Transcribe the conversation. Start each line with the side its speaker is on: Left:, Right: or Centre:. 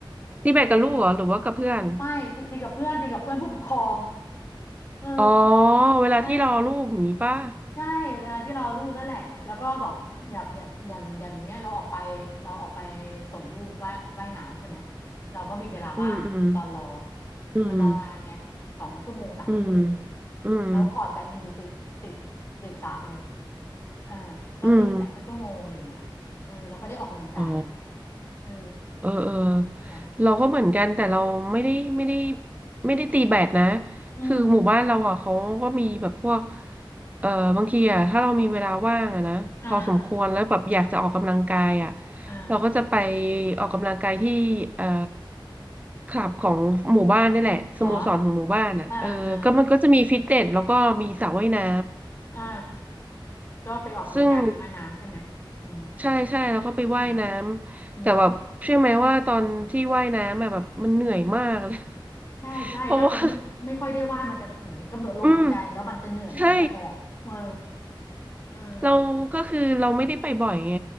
Right: ตีแบดกับลูกเหรอ
Left: เพราะ
Right: หรือว่ากับเพื่อน
Left: ไม่ตีตีกับเพื่อนตีกับเพื่อนผู้ปกครองเออ
Right: อ๋อ เวลาที่รอลูกอย่างนี้ป่ะ
Left: ใช่ ใช่เวลาที่เรอลูกนั่นแหละแล้วก็แบบอย่างอย่างอย่างอย่างเนี้ยเราออกไปเราออกไปส่งลูกว่ายว่ายน้ำใช่ไหมเราก็มีเวลาว่างตอนรอ
Right: อืมอืม อืม
Left: มันรอนานไงสองชั่วโมงสามชั่วโมง
Right: อืม อืม
Left: แล้วคอร์ตแบดมันอยู่ติดติดติดสระเลยเออก็ตีแบดสักชั่วโมงอะไรอย่างเงี้ยเออเราก็ได้ออกกำลังกายไง
Right: อืมอ๋อ
Left: เออ
Right: เออเออ
Left: นะ
Right: เราก็เหมือนกันแต่เราไม่ได้ไม่ได้ไม่ได้ตีแบดนะ
Left: อืม
Right: คือหมู่บ้านเราอ่ะเขาก็มีแบบพวกเออบางทีอ่ะถ้าเรามีเวลาว่างอ่ะนะพอสมควรแล้วแบบอยากจะออกกำลังกายอ่ะ
Left: อ่าอ่า
Right: เราก็จะไปออกกำลังกายที่เอ่อคลับของหมู่บ้านนี่แหละสโมสรของหมู่บ้านอ่ะเออก็มันก็จะมีฟิตเนสแล้วก็มีสระว่ายน้
Left: เหรออ่าอ่าอ่าก็ไปออกกำลังกายไปว่ายน้ำใช่ไหมอืม
Right: ำซึ่ง ใช่ใช่แล้วก็ไปว่ายน้ำแต่แบบเชื่อไหมว่าตอนที่ว่ายน้ำอะแบบมันเหนื่อยมากเลย
Left: อืม อืมใช่ใช่ถ้าคนไม่ไม่ค่อยได้ว่ายมันจะเหมือนกำหนดลมหายใจแล้วมันจะเหนื่อยอ่ะมันจะหอบเออ
Right: <laughs> เพราะว่าอืมใช่
Left: เออ
Right: เราก็คือเราไม่ได้ไปบ่อยไง